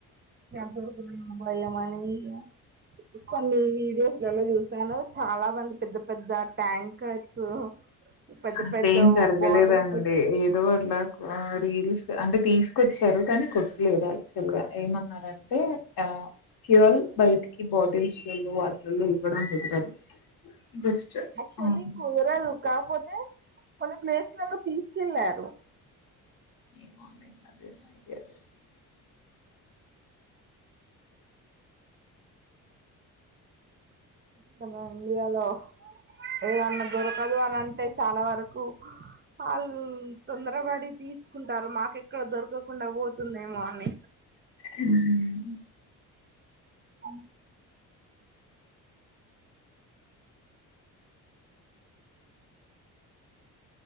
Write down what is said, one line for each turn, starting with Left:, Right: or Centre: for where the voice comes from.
Right: దొరుకుతాయి <inaudible> భయంమని ఇగా కొన్ని వీడియోస్లలో చూస్తాను చాలా మంది పెద్ద పెద్ద ట్యాంకర్స్ పెద్ద
Left: అట్ల
Right: పెద్ద
Left: ఏం జరగలేదండి
Right: బాటిల్స్
Left: ఏదో అలా రీల్స్ అంటే తీసుకొచ్చారు కానీ కొట్టలేదు యాక్చువల్ గా ఏమన్నారంటే ఆ ఫ్యూయల్ బయటికి బాటిల్స్లో వాటిలలో ఇవ్వడం కుదరదు జస్ట్
Right: యాక్టువల్లి
Left: ఆహ్,
Right: కూరల్ కాపోతే కొన్ని ప్లేస్లలో తీసుకెళ్ళారు
Left: ఏమో అండీ ఇంగా అదే నైట్ అదే తినాలి అందుకే
Right: ఇంకా మన ఇండియాలో ఏదన్నా దొరకదు అని అంటే చాలా వరకు హల్ తొందరపడి తీసుకుంటారు మాకెక్కడ దొర్ తీసుకోకుండా పోతుంది ఏమో అని
Left: హ్మ్.
Right: అవున్